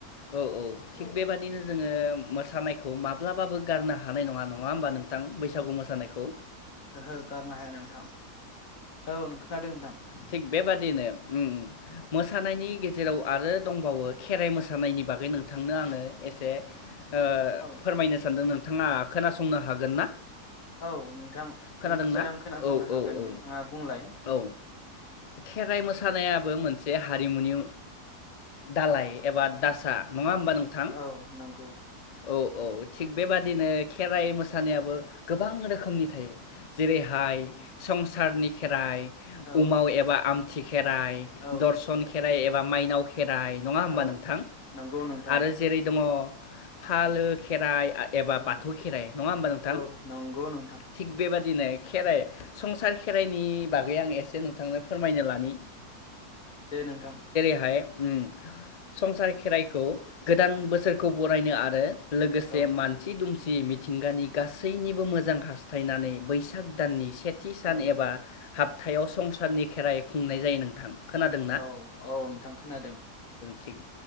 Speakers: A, on the left; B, on the left.
A: औ औ थिग बेबादिनो जोङो मोसानायखौ माब्लाबाबो गारनो हानाय नङा नङा होमबा नोंथां बैसागु मोसानायखौ।
B: ओहो गारनो हाया नोंथां। औ नों खोनोनादों नोंथां।
A: थिग बेबादिनो उम उम मोसानायनि गेजेराव आरो दंबावो खेराइ मोसानायनि बागै नोंथांनो आङो एसे ओ
B: औ
A: फोरमायनो सानदों नों थाङा खोनासंनो हागोन ना?
B: औ नोंथां
A: खोनादोंना?
B: निस्सय आं खोनासंनो
A: औ
B: हागोन
A: औ औ
B: नोंथाङा बुंलाय?
A: औ खेराइ मोसानायाबो मोनसे हारिमुनि दालाय एबा दासा नङा होमबा नोंथां?
B: औ नंगौ।
A: औ औ थिग बेबादिनो खेराइ मोसानायाबो गोबां रोखोमनि थायो। जेरैहाय संसारनि खेराइ
B: औ
A: उमाव एबा आम खेराइ
B: औ
A: दर्सन खेराइ एब बा माइनाव खेराइ नङा होमबा
B: औ
A: नोंथां?
B: नंगौ नोंथां
A: आरो जेरै दङ फालो खेराइ आ एबा बाथौ
B: औ
A: खेराइ नङा होमबा नोंथां
B: औ नंगौ नोंथां
A: थिख बेबाद दिनै खेराइ संसार खेराइनि बागै आं एसे नोंथांनो फोरमायनो लानि।
B: दे नोंथां।
A: हाय उम संसार खेराइखौ गोदान बोसोरखौ बरायनो आरो लोगोसे
B: औ
A: मानसि दुमसि दि मिथिंगानि गासैनिबो मोजां हास्थायनानै बैसाग दाननि सेथि सान
B: औ
A: एबा हाबथायाव संसारनि खेराइ खुंनाय जायो नोंथां। खोनादों ना?
B: औ औ नोंथां खोनादों।
A: थिग